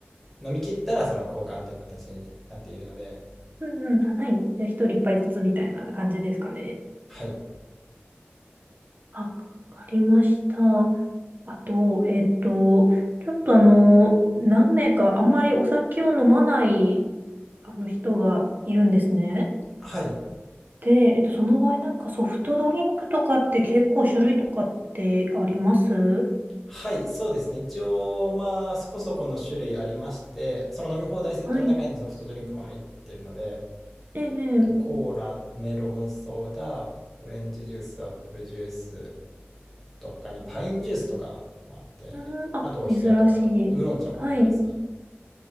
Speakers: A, in the centre; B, on the right.
A: 飲み切ったらその交換という形になっているので、
B: うんうん。はい。じゃあ、1人一杯ずつみたいな感じですかね。
A: はい。
B: あ、わかりました。あと、えっと、ちょっとあの、何名かあんまりお酒を飲まないあの人がいるんですね。
A: はい。
B: で、えっと、その場合なんかソフトドリンクとかって結構種類とかってあります
A: はい、そうですね。一応、まあ、そこそこの種類ありまして、その飲み放題セットの中にソフトドリンクも入ってるので、
B: はい。ええ、ええ
A: とコーラ、メロンソーダ、オレンジジュース、アップルジュース、あと他にパインジュースとかもあって、
B: うーん、あ、
A: あとお冷やとか、
B: 珍しい。
A: ウーロン茶もあります。
B: はい。